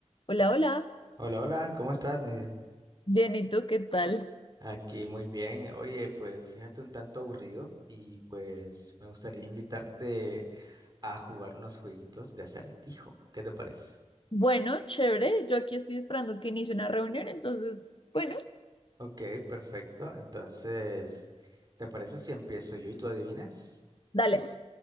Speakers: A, on the left (about 45°); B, on the right (about 35°).
A: Hola, hola.
B: Hola, hola, ¿cómo estás, Nidia?
A: Bien, ¿y tú qué tal?
B: Aquí muy bien. Oye, pues fíjate un tanto aburrido y pues me gustaría invitarte a jugar unos jueguitos de acertijo. ¿Qué te parece?
A: Bueno, chévere. Yo aquí estoy esperando que inicie una reunión, entonces, bueno,
B: Ok, perfecto. Entonces, ¿te parece si empiezo yo y tú adivinas?
A: dale.